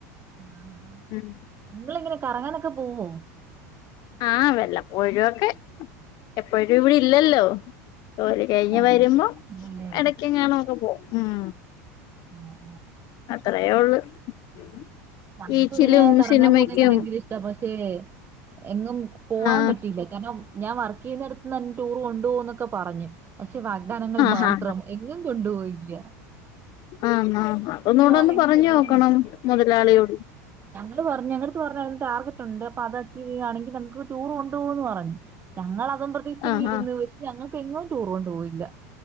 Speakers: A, on the right; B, on the left.
A: ആ ആ.
B: ഉം
A: നിങ്ങളിങ്ങനെ കറങ്ങാനൊക്കെ പോവോ
B: ആഹ് വല്ലപ്പോഴും ഒക്കെ എപ്പോഴും ഇവിടെ ഇല്ലല്ലോ ജോലി കഴിഞ്ഞ്
A: ഓ
B: വരുമ്പോൾ
A: ചേട്ടനില്ലല്ലേ
B: ഇടക്കെങ്ങണൊക്കെ പോവും ഉം
A: ആഹ്
B: അത്രേ <inaudible>
A: ഞങ്ങൾക്ക്
B: ബീച്ചിലും
A: ഇങ്ങനെ കറങ്ങാൻ
B: സിനിമക്കും
A: പോകുന്നക്കെ ഭയങ്കര ഇഷ്ടാ പക്ഷേ എങ്ങും പോവാാൻ
B: ആഹ്
A: പറ്റില്ല കാരണം ഞാൻ വർക്ക് ചെയ്യുന്ന അടുത്ത് നിന്ന് ടൂറ് കൊണ്ടുപോകുന്നൊക്കെ പറഞ്ഞു പക്ഷെ വാഗ്ദാനങ്ങൾ
B: ആഹ്
A: മാത്രം
B: ഹാ
A: എങ്ങും കൊണ്ടുപോയില്ല
B: ആന്നാ ഒന്നു
A: അത് കാരണം
B: കൂടി
A: എങ്ങും
B: പറഞ്ഞു
A: പോവാനും
B: നോക്കണം
A: പറ്റിയില്ല.
B: മുതലാളിയോട്
A: ഞങ്ങള് പറഞ്ഞു ഞങ്ങ പറഞ്ഞ അതിന് ടാർഗറ്റ് ഉണ്ട് അത് അച്ചീവ് ചെയ്യുവാണെങ്കിൽ നമുക്ക് ടൂർ കൊണ്ട് പോകും എന്ന് പറഞ്ഞു ഞങ്ങൾ അതും പ്രതീക്ഷിച്ച്
B: ആഹ്
A: ഇരുന്ന്
B: ആഹ്
A: പക്ഷെ ഞങ്ങൾക്ക് എങ്ങും ടൂർ കൊണ്ടു പോയില്ല